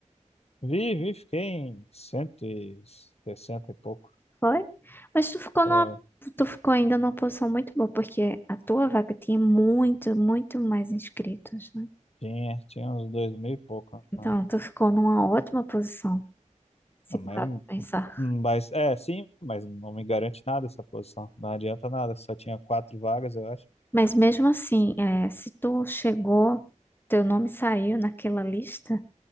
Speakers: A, on the left (about 50°); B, on the left (about 15°).
A: Vi, vi, fiquei em cento e sessenta e pouco.
B: Foi? Mas tu ficou
A: Foi.
B: numa, tu ficou ainda numa posição muito boa, porque a tua vaga tinha muito, muito mais inscritos, né?
A: Tinha, tinha uns dois mil e pouco.
B: Então,
A: né?
B: tu ficou numa ótima posição, se
A: Não,
B: parar
A: mas,
B: pra pensar.
A: mas, é, sim, mas não me garante nada essa posição. Não adianta nada, só tinha quatro vagas, eu acho.
B: Mas mesmo assim, é, se tu chegou, teu nome saiu naquela lista.